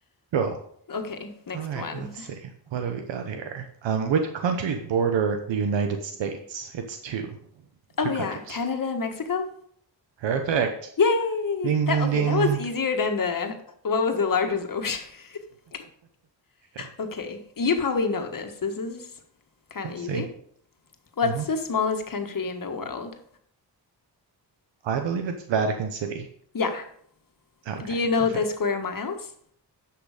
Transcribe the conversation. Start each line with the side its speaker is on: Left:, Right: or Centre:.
Right: Cool.
Left: Okay, next
Right: All right,
Left: one.
Right: let's see. What do we got here? Um, which countries border the United States? It's two,
Left: Oh
Right: two
Left: yeah,
Right: countries.
Left: Canada and Mexico?
Right: Perfect.
Left: Yay!
Right: Ding,
Left: That
Right: ding,
Left: okay,
Right: ding.
Left: that was easier than the what was the largest ocean? <laughs>
Right: Yeah,
Left: Okay, you probably know this. This is kind
Right: let's
Left: of easy.
Right: see.
Left: What's
Right: hmm
Left: the smallest country in the world?
Right: I believe it's Vatican City.
Left: Yeah.
Right: Okay,
Left: Do you know
Right: perfect.
Left: the square miles?